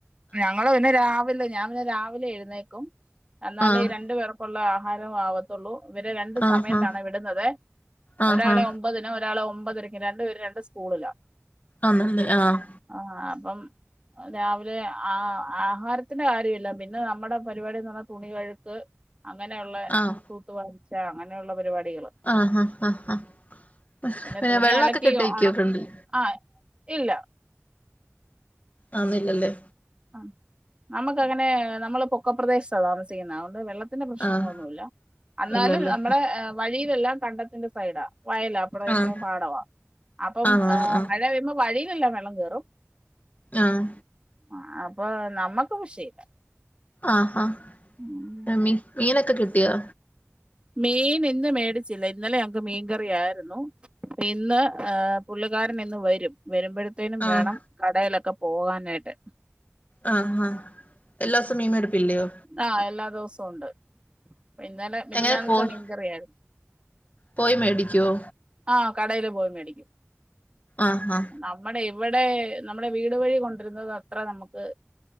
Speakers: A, on the right; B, on the left.
A: ഞങ്ങള് പിന്നെ രാവിലെ ഞാൻ പിന്നെ രാവിലെ എഴുന്നേക്കും എന്നാലെ
B: ആഹ്
A: ഈ രണ്ടു പേർക്കുള്ള ആഹാരം ആവത്തു ത്തൂള്ളൂ ഇവരെ രണ്ടു
B: ആഹ്
A: സമയത്താണെ വിടുന്നത്
B: ആഹ്
A: ഒരാളെ
B: ആഹ്
A: ഒ ഒമ്പതിനും ഒരാളെ ഒമ്പതരക്കിം രണ്ട് പേര് രണ്ട് സ്കൂളിലാ
B: ആണല്ലേ ആഹ്
A: ആഹ് അപ്പം രാവിലെ ആഹ് ആഹാരത്തിന്റെ കാര്യല്ല പിന്നെ നമ്മടെ പരിപാടിന്ന് പറഞ്ഞാ തുണികഴുക്ക്. അങ്ങനെയുള്ള
B: ആഹ്
A: കൂത്തുവാഴ്ച അങ്ങനെയുള്ള പരിപാടികള്.
B: ആഹ് ഹാ, ഹാ, ഹാ, ഹാ
A: പിന്നെ
B: പിന്ന
A: തുണി
B: വെള്ളക്കെ
A: അലക്കി
B: കെട്ടിക്കിയോ
A: ഒണ
B: ഫ്രണ്ടിൽ.
A: ആഹ് ഇല്ല.
B: ആന്നു ല്ലല്ലേ.
A: ആഹ് നമക്ക് അങ്ങനെ നമ്മള് പൊക്കപ്രദേശത്താ താമസിക്കുന്നേ. അതോണ്ട് വെള്ള ത്തിന്റെ പ്രശ്നങ്ങളൊന്നുല്ല.
B: ആഹ്
A: എന്നാലും
B: ഇല്ലല്ലേ
A: നമ്മടെ വഴിയിലെല്ലാം കണ്ടത്തിന്റെ സൈഡാ വയലാ. അവിടെ ഇപ്രം
B: ആഹ്
A: പാടവാ അപ്പം
B: ആഹ് ആഹ്
A: മഴ പെയ്യുമ്പോ വഴിയിലെല്ല വെള്ളം കേറും.
B: ആഹ്.
A: ആ അപ്പൊ നമ്മക്ക് വിഷയില്ല.
B: ആഹാ.
A: ഉം.
B: അമ്മീ മീനൊക്ക കിട്ടിയോ?
A: മീൻ ഇന്ന് മേടിച്ചില്ല. ഇന്നലെ ഞക് മീൻകറിയായിരുന്നു. ഇന്ന് ആഹ്. പുള്ളുകാരൻ ഇന്ന് വരും വരുമ്പോഴത്തേനും
B: ആഹ്
A: വേണം കടയിലൊക്കെ പോകാനായിട്ട്.
B: ആഹ് ഹാ എല്ലാസം മീംമെടുപ്പില്ലയോ.
A: ആഹ് എല്ലാ ദെവസോം ഒണ്ട്. ഇന്നലെ മിനിയാന്ന്തെ
B: എങ്ങനെ പോയി
A: മീൻകറിയാരുന്നു.
B: പോയി മേടിക്കുവോ
A: ആഹ് കടേല് പോയി മേടിക്കും.
B: ആഹ് ഹാ.
A: നമ്മടെ ഇവിടെ നമ്മടെ വീട് വഴി കൊണ്ടരുന്നത് അത്ര നമുക്ക്.